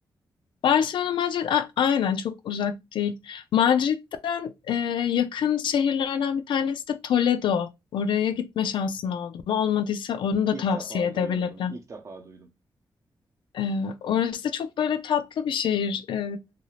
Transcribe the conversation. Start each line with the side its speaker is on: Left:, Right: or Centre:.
Left: Barcelona, Madrid a- aynen çok uzak değil. Madrid'den e, yakın şehirlerden bir tanesi de Toledo. Oraya gitme şansın oldu mu? Olmadıysa onu
Right: İlk,
Left: da
Right: ilk
Left: tavsiye
Right: defa
Left: edebilirim.
Right: duyuyorum. İlk defa duydum.
Left: E, orası da çok böyle tatlı bir şehir. E,